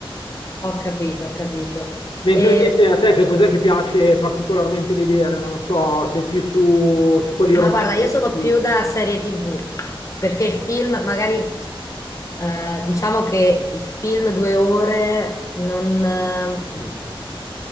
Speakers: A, on the left (about 35°); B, on the left (about 60°).
A: Ho capito, ho capito.
B: Mentre
A: E...
B: invece a te che cos'è che piace particolarmente vedere? Non lo so, sei più su, su quelli romantici.
A: Ma guarda, io sono più da serie TV, perché il film, magari, eh, diciamo che il film due ore non... eh,